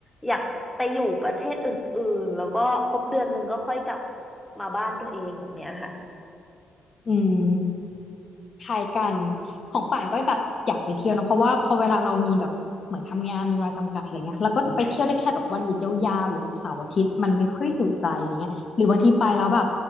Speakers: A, in the centre; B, on the left.
A: อยากไปอยู่ประเทศอื่นๆแล้วก็ครบเดือนหนึ่งก็ค่อยกลับมาบ้านตัวเองแบบเนี้ยค่
B: อืมคล้ายกันของป่านก็แบบอยากไปเที่ยวนะเพราะว่าพอเวลาเรามีแบบเหมือนทำงานมีเวลาจำกัดอะไรเงี้ยเราก็จะไปเที่ยวได้แค่แบบวันหยุดยาวๆหรือแบบเสาร์อาทิตย์มันไม่ค่อยจุใจอะไรเงี้ยหรือบางทีไปแล้วแบบ